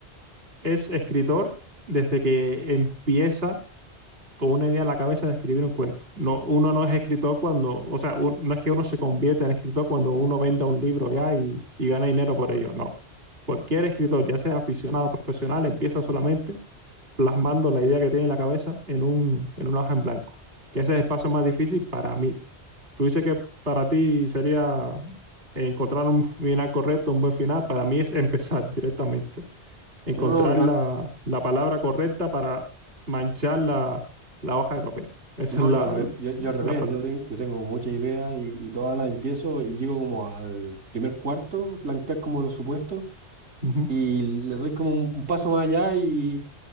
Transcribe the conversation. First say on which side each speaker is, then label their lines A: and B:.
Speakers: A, on the right; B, on the right.
A: es escritor desde que empieza con una idea en la cabeza de escribir un cuento. No, uno no es escritor cuando, o sea, un- no es que uno se convierta en escritor cuando uno venda un libro ya y, y gana dinero por ello, no. Cualquier escritor, ya sea aficionado o profesional, empieza solamente plasmando la idea que tiene en la cabeza en un, en una hoja en blanco, que ese es el paso más difícil para mí. Tú dices que para ti sería encontrar un final correcto, un buen final, para mí es empezar directamente encontrar
B: No, no, yo,
A: la,
B: al-
A: la palabra correcta para manchar la, la hoja de papel. Esa
B: no,
A: es la...
B: yo, al, re- yo, yo al revés,
A: la pa-
B: yo, ten- yo tengo muchas ideas y, y todas las empiezo y llego como al primer cuarto, plantear como los supuestos.
A: Ujú,
B: y le doy como un, un paso más allá y,